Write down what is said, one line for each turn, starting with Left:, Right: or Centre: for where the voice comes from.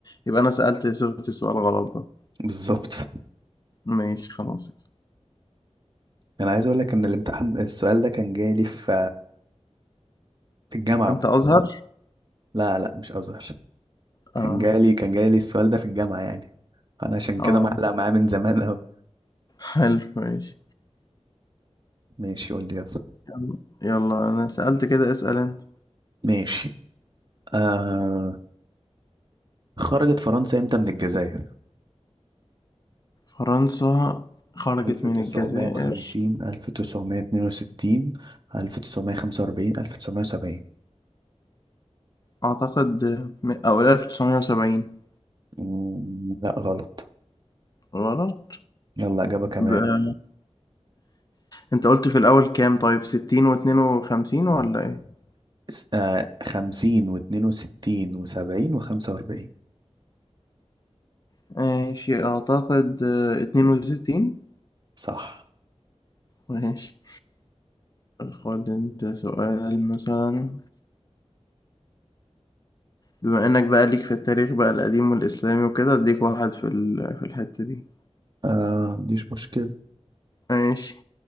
Left: يبقى أنا سألت صيغة السؤال غلط ده
Right: بالظبط <laughs>
Left: ماشي خلاص
Right: انا عايز اقول لك ان الامتحان السؤال ده كان جاي لي في في الجامعه
Left: أنت أزهر
Right: لا لا مش أزهر
Left: اه
Right: كان جالي كان جالي السؤال ده في الجامعة يعني فأنا عشان
Left: اه
Right: كده معلق معاه من زمان أوي
Left: حلو ماشي
Right: ماشي قول لي يلا
Left: يلا يلا، أنا سألت كده اسأل أنت
Right: ماشي آه خرجت فرنسا امتى من الجزائر؟
Left: فرنسا خرجت
Right: 1950
Left: من الجزائر
Right: 1962 1945 1970
Left: أعتقد م- أو 1970
Right: مم، لا غلط
Left: غلط
Right: يلا إجابة كمان
Left: يبقى انت قلت في الأول كام طيب ستين واتنين وخمسين ولا ايه؟
Right: س- آه 50 و62 و70 و45
Left: ماشي أعتقد آه، اتنين وستين
Right: صح
Left: ماشي خد انت سؤال مثلا بما انك بقى ليك في التاريخ بقى القديم والإسلامي وكده اديك واحد في ال- في الحتة دي
Right: آه مفيش مشكلة
Left: ماشي